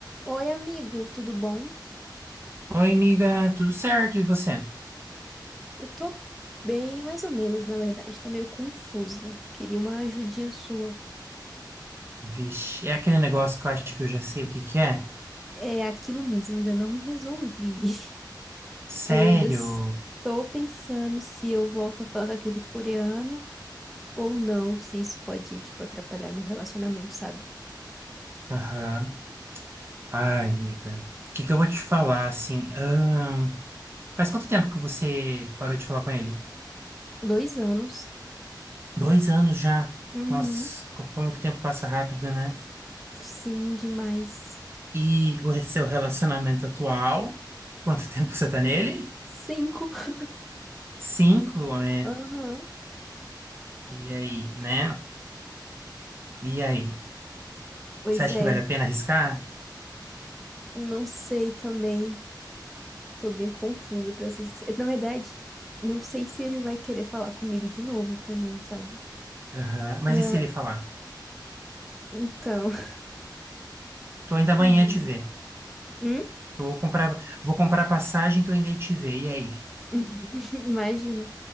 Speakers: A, in the centre; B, on the right.
A: Oi, amigo, tudo bom?
B: Oi, amiga, tudo certo? E você?
A: Eu tô bem, mais ou menos, na verdade. Tô meio confusa. Queria uma ajudinha sua.
B: Vixe, é aquele negócio que eu acho que eu já sei o que que é?
A: É aquilo mesmo, ainda não me resolvi. <laughs>
B: Sério?
A: Eu ainda estou pensando se eu volto a falar com aquele coreano ou não, se isso pode, tipo, atrapalhar meu relacionamento, sabe?
B: Aham. Ai, amiga, o que que eu vou te falar, assim? ahn, Faz quanto tempo que você parou de falar com ele?
A: Dois anos.
B: Dois anos já.
A: Uhum.
B: Nossa, co- como que o tempo passa rápido, né?
A: Sim, demais.
B: E o re- seu relacionamento atual? Quanto <laughs> tempo você tá nele?
A: Cinco. <laughs>
B: Cinco, é.
A: Aham.
B: E aí, né? E aí?
A: Pois
B: Você acha
A: é.
B: que vale a pena arriscar?
A: Não sei também. Tô bem confusa pra ser sincera. Na verdade, não sei se ele vai querer falar comigo de novo também, sabe?
B: Aham. Mas
A: Ah,
B: e se ele falar?
A: então. <laughs>
B: Tô indo amanhã
A: Pois é.
B: te ver.
A: Hum?
B: vou comprar, vou comprar passagem, tô indo aí te ver. E aí?
A: <laughs> Imagina.